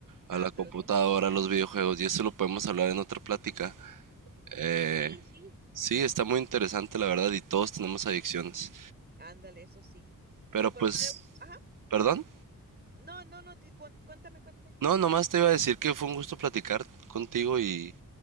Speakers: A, on the right; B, on the right.
A: a la
B: Ándale.
A: computadora, a los videojuegos, y eso lo podemos hablar en otra plática. Eh,
B: Sí, sí.
A: sí, está muy interesante la verdad, y todos tenemos adicciones.
B: Ándale, eso sí.
A: Pero
B: Pues,
A: pues,
B: pero, pero, ajá,
A: ¿perdón?
B: dime. No, no, no, te- cuen- cuéntame, cuéntame.
A: No, nomás te iba a decir que fue un gusto platicar contigo y,